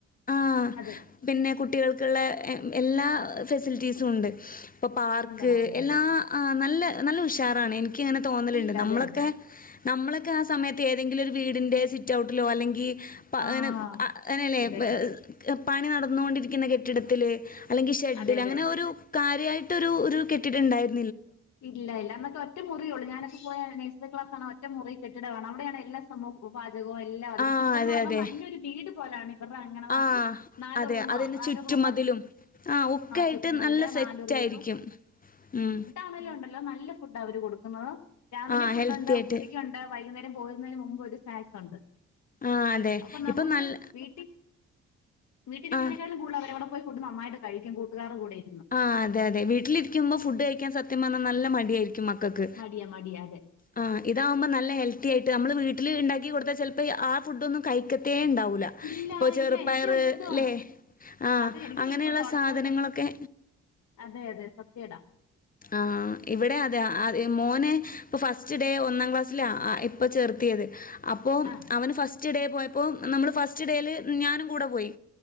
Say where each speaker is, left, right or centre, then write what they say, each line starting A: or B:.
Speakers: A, on the left; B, on the left.
A: ആഹ്
B: അതെ
A: പിന്നെ കുട്ടികൾക്ക്ള്ളേ എല്ലാ ഫെസിലിറ്റിസും ഉണ്ട് പാർക്ക്‌
B: ഉണ്ടടാ അതെ
A: എല്ലാ
B: അതെ
A: നല്ലേ എടങ്ങേറാണ് ഇനിക്ക് ങ്ങനെ തോന്നല്ണ്ട്
B: ഇല്ല
A: നമ്മളെക്കെ
B: അതെ അതെ
A: നമ്മളെക്കെ ആ സമയത്ത് ഏതെങ്കിലും ഒരു വീടിന്റെ സിറ്റ്ഔട്ടിലോ അല്ലങ്കി പ്പ
B: ആഹ്
A: ങ്ങനെ അ ങ്ങനല്ലേ
B: അതെ
A: പണി നടന്നുകൊണ്ടിരിക്കുന്ന കെട്ടിടത്തില് അല്ലെങ്കിൽ ഷെഡിൽ
B: അതെ അതെ
A: അങ്ങനെ ഒരു അിയായിട്ടൊ ഒരു കെട്ടിട്ടുണ്ടായിരുന്നു
B: ഇല്ല ഇല്ല <unintelligible> റ്റ മുറിയുള്ളൂ ഞാനപ്പോ പോയാണ് <unintelligible> ക്ലാസ് ആ ഒറ്റ മുറി <unintelligible> <unintelligible> <unintelligible> എല്ല
A: ആ
B: പക്ഷെ ഇന്ന്
A: അതെ
B: പറഞ്ഞാ
A: അതെ
B: നല്ലൊരു വീട് പോല ഇവരുടെ അങ്കണവാടിനാല്
A: ആ അതെ
B: റൂമ
A: അതിന്
B: നാല്
A: ചുറ്റുമതിലും
B: റൂമആ
A: ആ ഒക്കായിട്ട്
B: ചുറ്റും മതിൽ
A: നല്ല സെറ്റായിരിക്കും
B: നാല് റൂമ
A: ഉം
B: ണ്ടല്ലോ നല്ല ഫുഡ് അവർ കൊടുക്കുന്നത് രാവിലെ
A: ആ
B: ഫുഡ്ണ്ട്
A: ഹെൽത്തി ആയിട്ട്
B: ഉച്ചയ്ക്ക്ുണ്ട് വൈകുന്നേരം <unintelligible> ന് മുമ്പ് ഒരു സായസുണ്ട്
A: ആ അതെ
B: അപ്പൊ നമ്മുക്ക്
A: ഇപ്പൊ നല്ല
B: വീട്ടി <unintelligible> വീട്ടിരിക്കുന്നേക്കാളും
A: ആ
B: കൂടു <unintelligible> <unintelligible> നന്നായിട്ട് കഴിക്കും കട്ടുകാ <unintelligible>
A: ആ അതെ അതെ വീട്ടില ഇരിക്കുമ്പോ ഫുഡ് കഴിക്കൻ <unintelligible> <unintelligible> നല്ല മടിയായിരിക്കും <unintelligible> <unintelligible>
B: മടിയാ മടിയാ അതെ
A: ആ ഇതാവുമ്ബ്ബോ നല്ല ഹെൽത്തി ആയിട്ട് ഞമ്മൾ വി വീട്ടിൽ ണ്ടാക്കി കൊടുത്താൽ ചിലപ്പോ ആ ഫുഡ് ഒന്നു കഴിക്കത്തേ ണ്ടാവു വൂല
B: ഇല്ല
A: ഇപ്പൊ ചെറുപ്പയറ്
B: ഇല്ല എനിക്കും അത്ഭുതവാ
A: ല്ലെ ആ
B: അതെ എനിക്കും
A: അങ്ങനെയുള്ള
B: അത്ഭുതവാ അവിടെ
A: സാധനങ്ങളൊക്കെ
B: പോയിട്ട് അതെ അതെ സത്യേടാ
A: ആ ഇവിടെ അതെ അ മോനെ ഇപ്പൊ ഫസ്റ്റ് ഡേ ഒന്നാം ക്ലാസ്സിലാ ഇപ്പൊ ചേർത്തിയത് അപ്പോൾ
B: ആഹ്
A: അവന് ഫസ്റ്റ് ഡേ പോയപ്പോൾ നമ്മൾ ഫസ്റ്റ് ഡേയിൽ ഞാനും കൂടെ പോയി